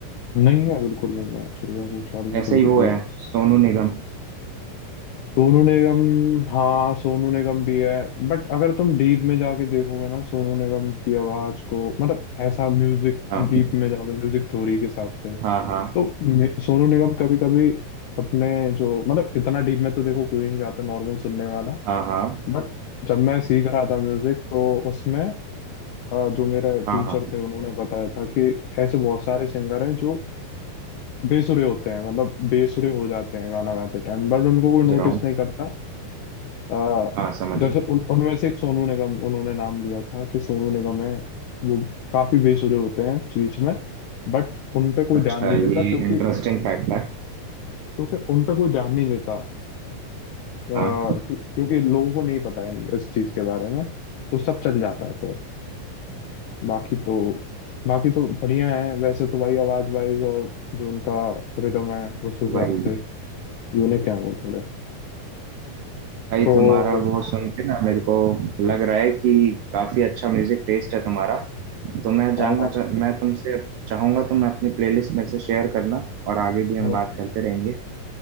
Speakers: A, on the left; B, on the right.
A: नहीं है बिल्कुल नहीं है श्रेया घोषाल को
B: ऐसे
A: तो
B: ही
A: बिल्कुल
B: वो है
A: ही नहीं
B: सोनू निगम
A: सोनू निगम हाँ सोनू निगम भी है बट अगर तुम डीप में जाके देखोगे ना सोनू निगम की आवाज को मतलब ऐसा म्यूजिक
B: हाँ
A: डीप में जाके म्यूजिक थ्योरी के हिसाब से
B: हाँ हाँ
A: तो मे- सोनू निगम कभी कभी अपने जो मतलब इतना डीप में तो देखो कोई नहीं जाता नॉर्मल सुनने वाला
B: हाँ हाँ
A: बट जब मैं सीख रहा था म्यूजिक तो उसमें अ, जो मेरा
B: हाँ
A: टीचर
B: हाँ
A: थे उन्होंने बताया था कि ऐसे बहुत सारे सिंगर हैं जो बेसुरे होते हैं मतलब बेसुरे हो जाते हैं गाना गाते टाइम बट उनको कोई
B: समझ रहा
A: नोटिस
B: हूँ
A: नहीं करता अ,
B: हाँ समझ
A: जैसे
B: रहा
A: उन
B: हूँ
A: उनमें से एक सोनू निगम उन्होंने नाम लिया था कि सोनू निगम है वो काफी बेसुरे होते हैं बीच में बट उन पे कोई
B: अच्छा
A: ध्यान नहीं
B: ये
A: देता क्योंकि
B: इंटरेस्टिंग फैक्ट है
A: क्योंकि उन पे कोई ध्यान नहीं देता अ, क्यों-
B: हाँ
A: क्योंकि लोगों को नहीं पता है इस चीज के बारे में तो सब चल जाता है फिर बाकी तो बाकी तो बढ़िया है वैसे तो भाई आवाज वाइज और जो उनका रिदम है उस हिसाब
B: वही
A: से यूनिक है वो थोड़े
B: भाई
A: तो
B: तुम्हारा वो सुन के ना मेरे को लग रहा है कि काफी अच्छा म्यूजिक टेस्ट है तुम्हारा तो मैं जानना
A: हाँ हाँ
B: चाह मैं तुमसे चाहूंगा तुम अपनी प्लेलिस्ट में से शेयर करना और आगे भी हम
A: हाँ
B: बात करते रहेंगे